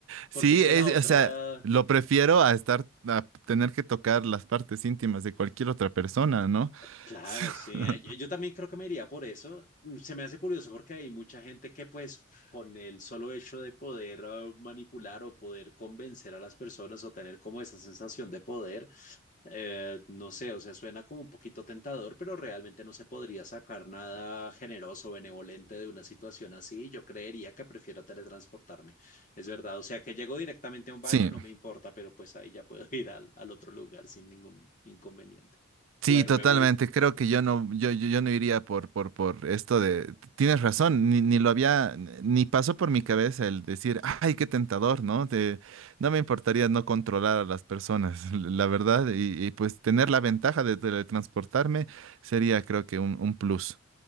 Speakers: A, on the right; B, on the left.
A: Sí,
B: porque es que
A: es,
B: la otra,
A: o sea, lo prefiero a estar, a tener que tocar las partes íntimas de cualquier otra persona, ¿no?
B: claro,
A: <laughs>
B: sí, eh, yo, yo también creo que me iría por eso, Mm, se me hace curioso porque hay mucha gente que pues con el solo hecho de poder eh, manipular o poder convencer a las personas o tener como esa sensación de poder, Eh, no sé, o sea, suena como un poquito tentador, pero realmente no se podría sacar nada generoso o benevolente de una situación así. Yo creería que prefiero teletransportarme. Es verdad, o sea, que llego directamente a un baño,
A: Sí,
B: no me importa, pero pues ahí ya puedo <laughs> ir al, al otro lugar sin ningún inconveniente.
A: Sí,
B: Bueno,
A: totalmente.
B: me voy.
A: Creo que yo no, yo, yo, yo no iría por, por, por esto de. Tienes razón, ni, ni lo había, ni pasó por mi cabeza el decir, ay, qué tentador, ¿no? De- no me importaría no controlar a las personas, <laughs> la verdad, y, y, pues tener la ventaja de teletransportarme sería, creo que, un, un plus.